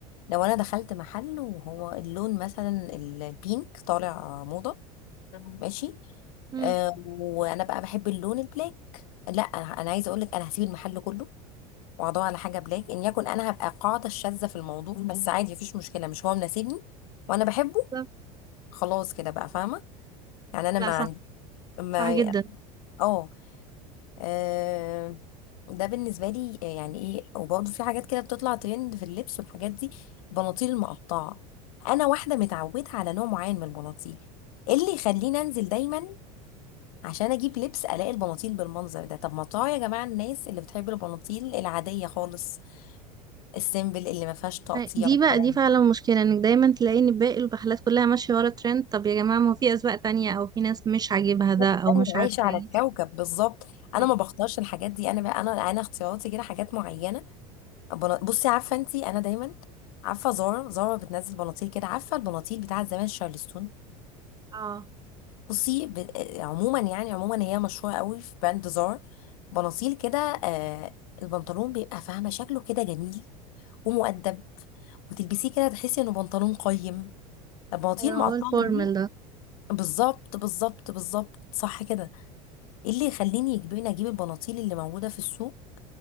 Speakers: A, on the left (about 60°); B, on the right (about 20°).
A: لو انا دخلت محل وهو اللون مثلا ال- البينك طالع موضه ماشي
B: مم،
A: آه وانا بقى بحب اللون البلاك لا انا أنا عايزه اقول لك انا هسيب المحل كله واقعدوها على حاجه بلاك ان يكن انا هبقى القاعده الشاذه في الموضوع بس عادي مفيش مشكله مش هو مناسبني وانا بحبه
B: بالظبط
A: خلاص كده بقى فاهمه يعني انا
B: لا
A: ما
B: صح
A: عندي ما
B: صح جدا
A: اه آه، ده بالنسبه لي آه، يعني ايه وبرضه في حاجات كده بتطلع ترند في اللبس والحاجات دي البناطيل المقطعه انا واحده متعوده على نوع معين من البناطيل إيه اللي يخليني انزل دايما عشان اجيب لبس الاقي البناطيل بالمنظر ده طب ما طاعة يا جماعه الناس اللي بتحب البناطيل العاديه خالص السيمبل اللي ما فيهاش تقطيع
B: دي
A: والكلام
B: بقى دي
A: ده
B: فعلا مشكلة انك دايما تلاقي ان باقي الرحلات كلها ماشية ورا الترند طب يا جماعة ما هو في أذواق تانية او في ناس مش عاجبها ده
A: انا
B: او مش عارفة
A: عايشه على
B: ايه
A: الكوكب بالظبط انا
B: صح
A: ما بختارش الحاجات دي انا بقى انا انا اختياراتي كده حاجات معينه بنا- بصي عارفه انت انا دايما عارفه زارا زارا بتنزل بناطيل كده عارفه البناطيل بتاعه زمان شارلستون
B: اه
A: بصي ب... آه، عموما يعني عموما هي مشهوره قوي في براند زارا بناطيل كده آه البنطلون بيبقى فاهمه شكله كده جميل ومؤدب وتلبسيه كده تحسي انه بنطلون قيم البناطيل
B: ايوه
A: المقطعه
B: هو الفورمال
A: دي
B: ده
A: بالظبط بالظبط بالظبط صح كده ايه اللي يخليني يجبرني اجيب البناطيل اللي موجوده في السوق